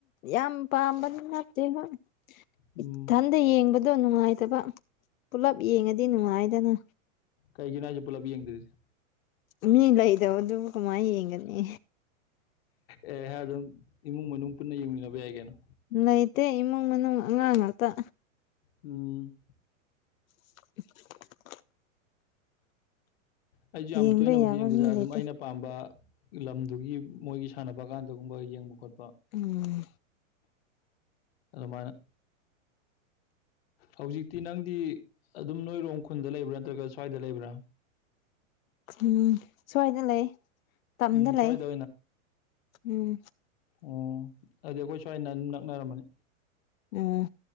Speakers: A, on the left; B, on the left.
A: ꯌꯥꯝ ꯄꯥꯝꯕꯗꯤ ꯅꯇꯦꯍ
B: ꯎꯝ
A: ꯏꯊꯟ ꯗ ꯌꯦꯡꯕꯗꯣ ꯅꯨꯡꯉꯥꯏꯇꯕ ꯄꯨꯂꯞ ꯌꯦꯡꯉꯗꯤ ꯅꯨꯡꯉꯥꯏꯗꯅ
B: ꯀꯩꯒꯤꯅꫭ ꯍꯥꯏꯁ‌ꯦ ꯄꯨꯂꯞ ꯌꯦꯡꯗꯔꯤꯗꯤ
A: ꯃꯤ ꯂꯩꯗꯕꯗꯨꯕꯨ ꯀꯃꯥꯏꯅ ꯌꯦꯡꯒꯅꯤ
B: ꯑꯦꯍ‌ꯦ‌ ꯑꯗꯨꯝ ꯏꯃꯨꯡ ꯃꯅꯨꯡ ꯄꯨꯟꯅ ꯌꯦꯡꯃꯤꯟꯅꯕ ꯌꯥꯏ ꯀꯩꯅꯣ
A: ꯂꯩꯇꯦ ꯏꯃꯨꯡ ꯃꯅꯨꯡ ꯑꯉꯥꯡ ꯉꯥꯛꯇ
B: ꯎꯝ
A: <unintelligible>
B: ꯑꯩꯁꯨ ꯌꯥꯝ
A: ꯌꯦꯡꯕ
B: ꯇꯣꯏꯅꯕꯨꯗꯤ
A: ꯌꯥꯕ
B: ꯌꯦꯡꯗꯦꯗ
A: ꯃꯤ
B: ꯑꯗꯨꯝ
A: ꯂꯩꯇꯦ
B: ꯑꯩꯅ ꯄꯥꯝꯕ ꯂꯝꯗꯨꯒꯤ ꯃꯣꯏꯒꯤ ꯁꯥꯟꯅꯕ ꯀꯥꯟꯗꯒꯨꯝꯕ ꯌꯦꯡꯕ ꯈꯣꯠꯄ
A: ꯎꯝ
B: ꯑꯗꯨꯃꯥꯏꯅ ꯍꯧꯖꯤꯛꯇꯤ ꯅꯪꯗꯤ ꯑꯗꯨꯝ ꯅꯣꯏꯔꯣꯡ ꯈꯨꯟꯗ ꯂꯩꯕ꯭ꯔꯥ ꯅꯠꯇ꯭ꯔꯒ ꯁ꯭ꯋꯥꯏꯗ ꯂꯩꯕ꯭ꯔꯥ
A: ꯎꯝ ꯁꯣꯏꯗ ꯂꯩ ꯇꯝꯅ
B: ꯎꯝ ꯁ꯭ꯋꯥꯏꯗ
A: ꯂꯩ ꯎꯝ
B: ꯎꯝ ꯑꯗꯨꯗꯤ ꯑꯩꯈꯣꯏ ꯁ꯭ꯋꯥꯏ ꯅꯟ ꯅꯛꯅꯔꯝꯃꯅꯤ
A: ꯎꯝ